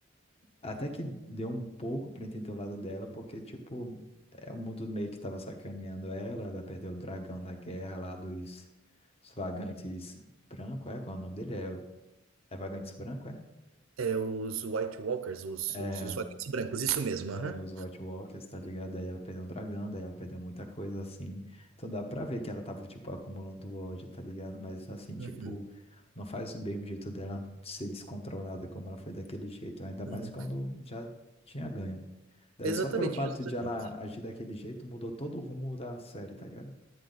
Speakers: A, on the left; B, on the right.
A: Até que deu um pouco pra entender o lado dela, porque, tipo, é o mundo meio que tava sacaneando ela, ela perdeu o dragão da guerra lá dos, dos vagantes branco, é? Qual é o nome dele? É, é vagantes branco, é?
B: É, os White Walkers, os,
A: É,
B: os, os vagantes brancos, isso mesmo,
A: É,
B: aham.
A: os White Walkers, tá ligado? Aí ela perdeu um dragão, daí ela perdeu muita coisa assim. Então dá pra ver que ela tava, tipo, acumulando ódio, tá ligado? Mas assim, tipo,
B: Uhum,
A: não faz bem o jeito dela ser descontrolada como ela foi daquele jeito. Ainda mais
B: uhum.
A: quando já tinha ganho. Daí
B: Exatamente,
A: só pelo fato
B: justamente.
A: de ela agir daquele jeito, mudou todo o rumo da série, tá ligado?